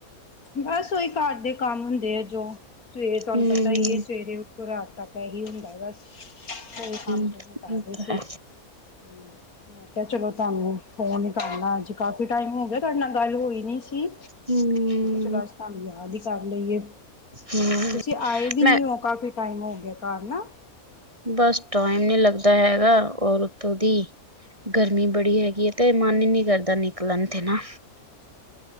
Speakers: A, on the left; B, on the right.
A: ਬਸ ਓਈ ਘਰ ਦੇ ਕੰਮ ਹੁੰਦੇ ਐ ਜੋ ਸਵੇਰ ਤੁਆਨੂੰ
B: ਹੂੰ-ਹੂੰ।
A: ਪਤਾ ਈ ਏ ਸਵੇਰੇ ਰਾਤ ਤੱਕ ਏਹੀ ਹੁੰਦਾ ਬਸ। ਓਈ ਕੰਮ
B: ਉਹ
A: ਕਰਦੇ ਸੀ,
B: ਤਾਂ ਹੈ।
A: ਹੂੰ। ਮੈਂ ਕੇਆ ਚਲੋ ਤੁਅਆਨੂੰ ਫੋਨ ਈ ਕਰ ਲਾਂ ਅੱਜ, ਕਾਫੀ ਟਾਈਮ ਹੋ ਗਿਆ ਤੁਆਡੇ ਨਾਲ ਗੱਲ ਹੋਈ ਨੀ ਸੀ।
B: ਹੂੰ।
A: ਚੱਲੋ ਅੱਜ ਤੁਆਨੂੰ ਯਾਦ ਈ ਕਰ ਲਈਏ,
B: ਹੂੰ।
A: ਤੁਸੀਂ ਆਏ ਵੀ
B: ਮੈਂ
A: ਨੀ ਓ ਕਾਫੀ ਟਾਈਮ ਹੋ ਗਿਆ ਘਰ ਨਾ
B: ਬਸ ਟਾਈਮ ਨੀ ਲੱਗਦਾ ਹੈਗਾ ਔਰ ਉਤੋਂ ਦੀ ਗਰਮੀ ਬੜੀ ਹੈਗੀ ਏ ਤੇ ਮਨ ਈ ਨੀ ਕਰਦਾ ਨਿਕਲਨ ਤੇ ਨਾ।